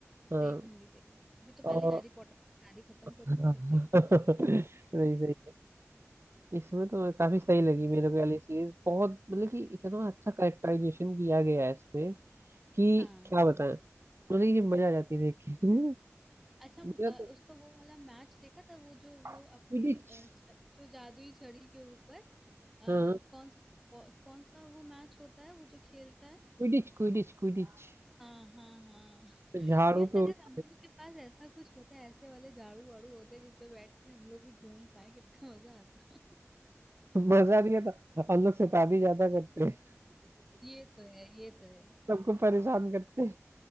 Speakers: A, on the right; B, in the centre.
A: हाँ
B: देखूंगी देखूंगी अभी तो पहले
A: और
B: हैरी पॉटर की सारी खत्म
A: <laughs>
B: करूंगी फिर देखूंगी
A: सही सही है
B: <laughs>
A: इसमें तो काफी सही लगी मेरे को वाली सीरीज बहुत मतलब कि इतना अच्छा कैरेक्टराइजेशन किया गया है इसमें कि
B: हाँ
A: क्या बताएं मतलब कि मजा आ जाती है देख के <laughs>
B: अच्छा म-
A: मेरा
B: अ,
A: तो
B: उसका वो वाला मैच देखा था वो जो वो
A: क्विडिच
B: अपनी अ, छ- जो जादुई छड़ी के ऊपर अ,
A: हाँ
B: कौन सा वो- कौन सा वो मैच होता है वो जो खेलता है
A: क्विडिच क्विडिच क्विडिच
B: हाँ हाँ हाँ
A: झाड़ू
B: यार
A: पे
B: अगर
A: उठ-
B: हम लोग के पास ऐसा कुछ होता है ऐसे वाले झाड़ू वाड़ू होते जिसपे बैठ के हम लोग भी घूम पाए कितना मजा आता <laughs>
A: <laughs> मजा नहीं आता हम लोग शैतानी ज्यादा करते हैं
B: ये तो है ये तो है
A: सबको परेशान करते